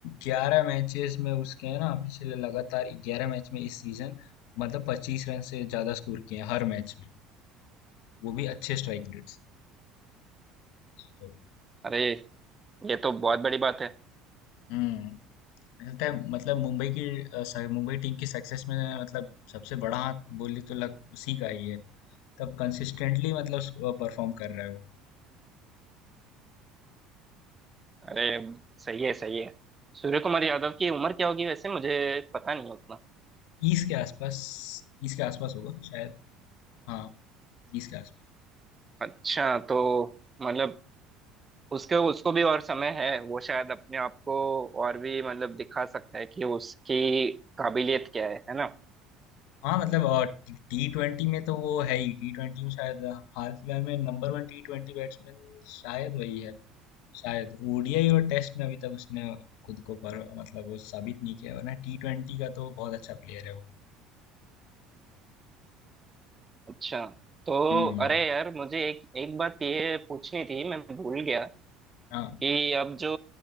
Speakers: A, on the left; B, on the right.
A: ग्यारह मैचेस में उसके है ना पिछले लगातार ग्यारह मैच में इस सीजन मतलब पच्चीस रन से ज्यादा स्कोर किए हैं हर मैच में वो भी अच्छे स्ट्राइक रेट से सोचो
B: अरे ये तो बहुत बड़ी बात है
A: हम्म मुझे लगता है मतलब मुंबई की अ, स- मुंबई टीम की सक्सेस में मतलब सबसे बड़ा हाथ बोली तो लग उसी का ही है तब कंसिस्टेंटली मतलब परफॉर्म कर रहा है वो
B: अरे सही है सही है सूर्य कुमार यादव की उम्र क्या होगी वैसे मुझे पता नहीं उतना
A: तीस के आसपास तीस के आसपास होगा शायद हाँ तीस के आसपास
B: अच्छा तो मतलब उसके उसको भी और समय है वो शायद अपने आप को और भी मतलब दिखा सकता है कि उसकी काबिलियत क्या है है ना
A: हाँ मतलब टी ट्वेंटी में तो वो है ही टी ट्वेंटी में शायद हाल फिलहाल में number one T twenty batsman शायद वही है शायद ओडीआई और टेस्ट में अभी तक उसने खुद को पर मतलब वो साबित नहीं किया वरना टी ट्वेंटी का तो बहुत अच्छा प्लेयर है वो
B: अच्छा तो
A: हम्म
B: अरे यार मुझे एक एक बात ये पूछनी थी मैं भूल गया
A: हाँ
B: कि अब जो